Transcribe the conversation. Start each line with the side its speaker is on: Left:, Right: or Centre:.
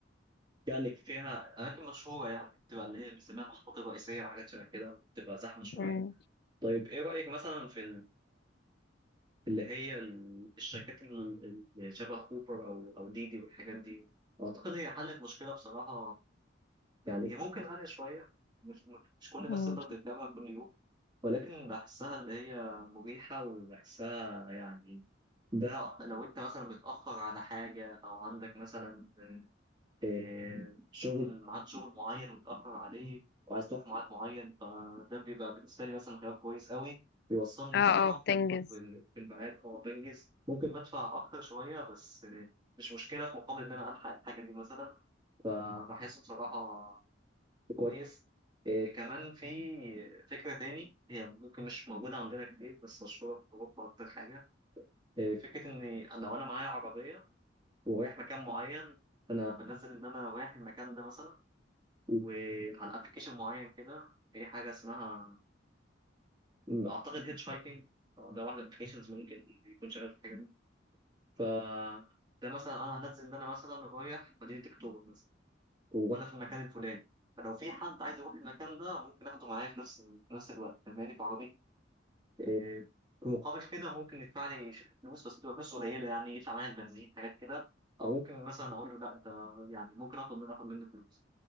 Right: يعني فيها اماكن مشهوره يعني بتبقى اللي هي بنسميها المحطات الرئيسيه وحاجات شبه كده بتبقى زحمه شويه
Left: مم.
Right: طيب ايه رايك مثلا في اللي هي ال- الشركات ال- اللي شبه اوبر او او ديدي والحاجات دي اعتقد هي حلت مشكله بصراحه يعني هي ممكن غاليه شويه مش مش كل الناس
Left: مم.
Right: تقدر تركبها كل يوم ولكن بحسها اللي هي مريحه وبحسها يعني ده لو انت مثلا متاخر على حاجه او عندك مثلا آه، شغل ميعاد شغل معين ومتأخر عليه وعايز تروح في ميعاد معين فده بيبقى بالنسبة لي مثلا خيار كويس قوي بيوصلني
Left: اه
Right: بسرعة
Left: اه بتنجز
Right: وال- في الميعاد أو بنجز ممكن بدفع أكتر شوية بس آه، مش مشكلة في مقابل إن أنا ألحق الحاجة دي مثلا فبحسه بصراحة كويس آه، كمان في فكرة تاني هي ممكن مش موجودة عندنا كتير بس مشهورة في أوروبا أكتر حاجة آه، فكرة إن أنا لو أنا معايا عربية ورايح مكان معين فأنا بنزل إن أنا رايح المكان ده مثلا وعلى ابلكيشن معين كده في حاجه اسمها اعتقد هيتش هايكنج ده واحد من الابلكيشنز ممكن يكون شغال في الحاجه دي ف ده مثلا انا هنزل ان انا مثلا رايح مدينه اكتوبر مثلا وانا في المكان الفلاني فلو في حد عايز يروح المكان ده ممكن اخده معايا في نفس في نفس الوقت فاهماني في عربيتي إيه، في مقابل كده ممكن يدفع لي ش- فلوس بس بتبقى فلوس قليله يعني يدفع معايا البنزين حاجات كده او ممكن مثلا اقول له لا انت يعني ممكن اخد منه اخد منه فلوس